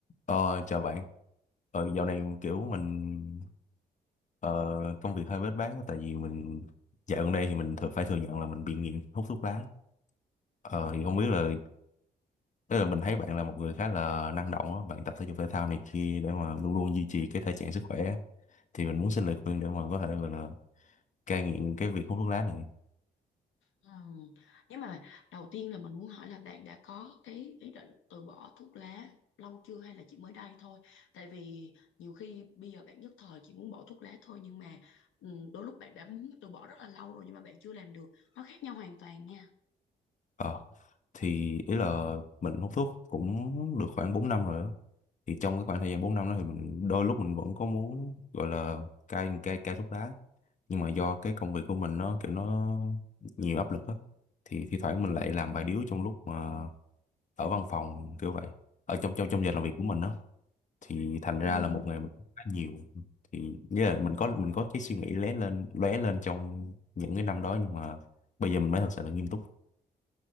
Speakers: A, on the left (about 35°); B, on the left (about 70°).
A: Ờ, chào bạn. Ờ, dạo này kiểu mình ờ, công việc hơi bết bát á, tại vì mình dạo gần đây thì mình thường phải thừa nhận là mình bị nghiện hút thuốc lá. Ờ, thì không biết là tức là mình thấy bạn là một người khá là năng động á, bạn tập thể dục thể thao này kia để mà luôn luôn duy trì cái thể trạng sức khỏe á. Thì mình muốn xin lời khuyên để mà có thể gọi là cai nghiện cái việc hút thuốc lá này.
B: Ừ. Nhưng mà đầu tiên là mình muốn hỏi là bạn đã có cái ý định từ bỏ thuốc lá lâu chưa hay là chỉ mới đây thôi? Tại vì nhiều khi bây giờ bạn nhất thời chỉ muốn bỏ thuốc lá thôi nhưng mà ừ, đôi lúc bạn đã muốn từ bỏ rất là lâu rồi nhưng mà bạn chưa làm được. Nó khác nhau hoàn toàn nha.
A: Ờ, thì ý là mình hút thuốc cũng được khoảng 4 năm rồi á. thì trong cái khoảng thời gian 4 năm đó thì mình đôi lúc mình vẫn có muốn gọi là cai cai cai thuốc lá nhưng mà do cái công việc của mình nó kiểu nó nhiều áp lực á thì thi thoảng mình lại làm vài điếu trong lúc mà ở văn phòng kiểu vậy ở trong trong trong giờ làm việc của mình đó thì thành
B: Ừ.
A: ra là một ngày mình hút khá nhiều thì nghĩa là mình có mình có cái suy nghĩ lóe lên lóe lên trong những cái năm đó nhưng mà bây giờ mình mới thật sự là nghiêm túc